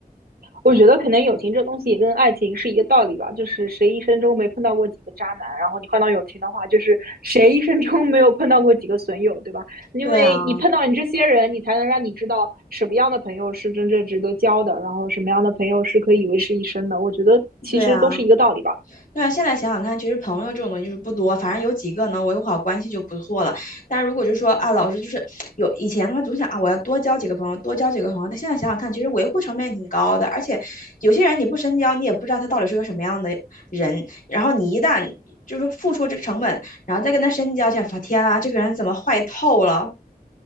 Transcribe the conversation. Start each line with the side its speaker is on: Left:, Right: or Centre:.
Right: 我觉得可能友情这东西也跟爱情是一个道理吧，就是谁一生中没碰到过几个渣男，然后你换到友情的话，就是谁一生中没有碰到过几个损友，对吧？因为你碰到你这些人，
Left: 对啊，
Right: 你才能让你知道什么样的朋友是真正值得交的，然后什么样的朋友是可以维持一生的。我觉得其实都是一个道理吧。
Left: 对啊。对啊，现在想想看，其实朋友这种东西就是不多，反正有几个能维护好关系就不错了。但如果就说啊，老师就是有以前的话，总想啊，我要多交几个朋友，多交几个朋友。但现在想想看，其实维护成本也挺高的，而且有些人你不深交，你也不知道他到底是个什么样的人。然后你一旦就是付出这个成本，然后再跟他深交，想发天啊，这个人怎么坏透了？